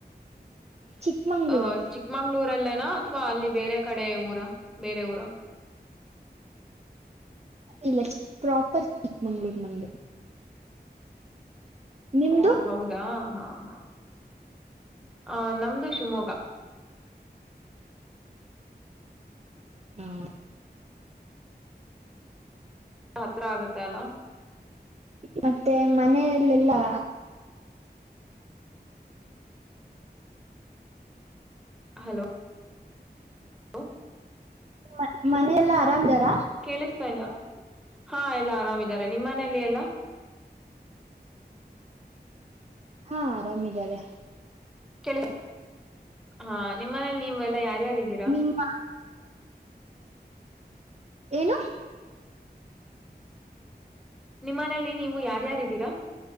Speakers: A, on the right (about 40°); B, in the centre.
A: ಚಿಕ್ಕಮಂಗ್ಳೂರು
B: ಅಹ ಚಿಕ್ಕಮಂಗ್ಳೂರಲ್ಲನಾ ಅಥ್ವಾ ಅಲ್ಲಿ ಬೇರೆ ಕಡೆ ಊರ ಬೇರೆ ಊರ
A: ಇಲ್ಲ ಪ್ರಾಪರ್ ಚಿಕ್ ಮಂಗ್ಗಳೂರ್ ನಮ್ದು ನಿಮ್ದು
B: ಓ ಹೌದಾ ಹ ಹಾ ಹಾ ಆ ನಮ್ದು ಶಿವಮೊಗ್ಗ
A: ಹಾ
B: ಹತ್ರ ಆಗತ್ತೆ ಅಲ್ಲ
A: ಮತ್ತೆ ಮನೆಯಲ್ಲೆಲ್ಲು
B: ಹಲೋ ಹ <inaudible>
A: ಹ <inaudible> ಮನೆಯ ಎಲ್ಲಾ ಆರಾಮ್ ಧಾರ
B: ಕೇಳಿಸ್ತಾ ಇಲ್ಲ ಹಾ ಎಲ್ಲ ಆರಾಮಿದ್ದಾರೆ ನಿಮ್ಮ್ ಮನೆಯಲ್ಲಿ ಎಲ್ಲ
A: ಹಾ ಆರಾಮಿದ್ದಾರೆ
B: ಕೇಳಿ ಹಾ ನಿಮ್ಮನೇಲಿ ನೀವೆ ಎಲ್ಲಾ ಯಾರ್ಯಾರಿದ್ದೀರಾ
A: ನಿಮ್ಮ ಏನು?.
B: ನಿಮ್ಮನೆಯಲ್ಲಿ ನೀವು ಯಾರ್ಯಾರಿದ್ದೀರಾ.